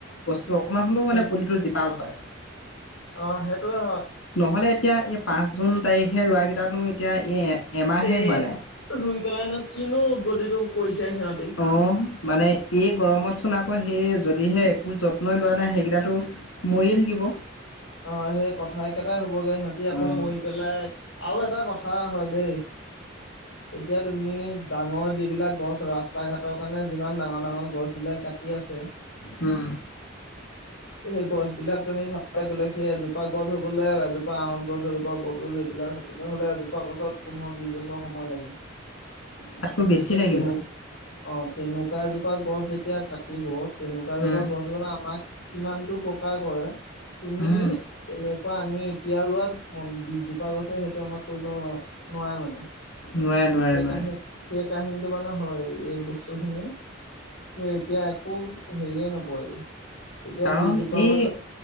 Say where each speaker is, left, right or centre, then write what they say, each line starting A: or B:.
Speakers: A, on the left; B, on the left.
A: বস্তু অকণমান হ'লেও মানে
B: উম
A: পুলিটো জীপাল হয়।
B: অ' সেইটোয়ে হয়।
A: নহ'লে এতিয়া এই পাঁচ জুন তাৰিখে ৰোৱা কেইটাতো এতিয়া এই এমাহে
B: এ,
A: হোৱা নাই।
B: ৰুই পেলাইনো কিনো উদগতিটো কৰিছে সিহঁতে।
A: অ' মানে এই গৰমতচোন আকৌ সেই যদিহে একো যত্নই লোৱা নাই সেইকেইটাতো মৰিয়ে থাকিব।
B: অ' সেই কথাই কেইটাই হ'বগৈ সিহঁতি আকৌ
A: অ'
B: মৰি পেলাই আৰু এটা কথা হয় দে এতিয়া তুমি ডাঙৰ যিবিলাক গছ ৰাস্তা ঘাটৰ কাৰণে যিমান ডাঙৰ ডাঙৰ গছবিলাক কাটি আছে
A: উম।
B: <inaudible> সেই গছবিলাক তুমি চাবাই গ'লে সেই এজোপা গছ হ'বলে, এজোপা আঁহত গছ, এজোপা বট গছ এইবিলাক হ'ব কলৈ হ'লে জোপা গছত পোন্ধৰ বিশ বছৰ সময় লাগে।
A: তাতকৈ বেছি
B: সেই
A: লাগিব।
B: তেনে অ' তেনেকুৱা এজোপা গছ যেতিয়া কাটিব তেনেকুৱা জোপা
A: উম,
B: গছ বানে আমাক কিমানটো অপকাৰ কৰে, তুমি
A: উম,
B: এনেকুৱা আমি এতিয়া ৰোৱা বিছজোপা গছে সেইটো আমাক কৰিব নোৱাৰা নোৱাৰে মানে।
A: নোৱাৰে নোৱাৰে।
B: সেই
A: নোৱাৰে।
B: কাহিন সেই কাহিনীটো মানে হয়। এই বস্তুখিনি সে এতিয়া একো হেৰিয়ে নপৰেগে। এতিয়া
A: কাৰণ
B: বিছজোপা
A: এই,
B: গছত